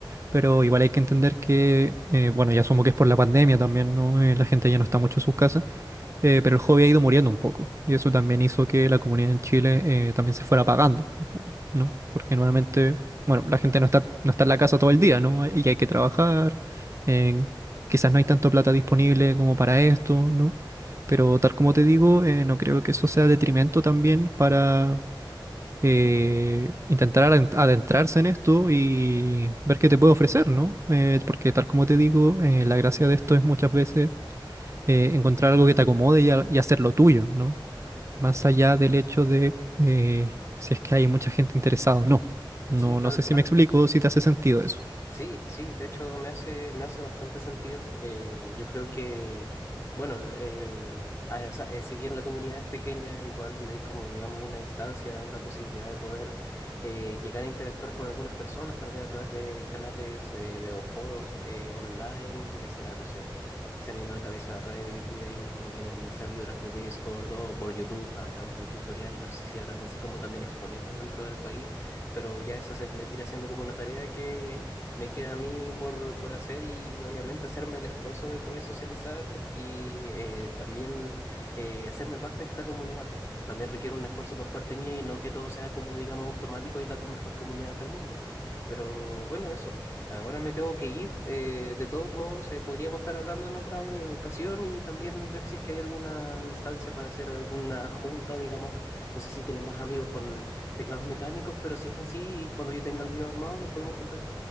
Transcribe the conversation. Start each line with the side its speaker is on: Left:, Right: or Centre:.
Right: pero igual hay que entender que, eh, bueno, ya asumo que es por la pandemia también, ¿no? Eh, la gente ya no está mucho en sus casas, eh, pero el hobby ha ido muriendo un poco. Y eso también hizo que la comunidad en Chile eh, también se fuera apagando, un poco, ¿no? Porque nuevamente, bueno, la gente no está, no está en la casa todo el día, ¿no? Y hay que trabajar, eh, quizás no hay tanto plata disponible como para esto, ¿no? Pero tal como te digo, eh, no creo que eso sea detrimento también para eh, intentar aden- adentrarse en esto y ver qué te puede ofrecer, ¿no? Eh, porque tal como te digo, eh, la gracia de esto es muchas veces eh, encontrar algo que te acomode y, a- y hacerlo tuyo, ¿no? Más allá del hecho de eh, si es que hay mucha gente interesada o no. No,
Left: Sí, tal
Right: no sé
Left: cual.
Right: si me explico, si te hace sentido eso.
Left: Sí, sí, de hecho me hace, me hace bastante sentido. Eh, yo creo que, bueno, el- eh, ah, o sea, eh, si bien la comunidad es pequeña, igual hay como, digamos, una instancia, una posibilidad de poder eh, llegar a interactuar con algunas personas, tal vez a través de canales eh, de, o foros de, online, ya sea, no sé, se me viene a la cabeza Reddit y de ahí mismo vienen servidores de Discord o por YouTube a través de tutoriales, no sé si habrán así como también exponentes dentro del país, pero ya esa se vendría siendo como una tarea que me queda a mí por, por hacer y obviamente hacerme el esfuerzo de poder socializar y eh, también eh, hacerme parte de esta comunidad. También requiere un esfuerzo por parte mía y no que todo sea como digamos automático y la co- mejor comunidad del mundo. Pero bueno, eso. Ahora me tengo que ir. eh, de todos modos, eh, podríamos estar hablando en otra eh, ocasión y también ver si es que hay alguna instancia para hacer alguna junta, digamos. No sé si tienen más amigos con teclados mecánicos, pero si es así, cuando yo tenga el mío armado, nos podemos juntar.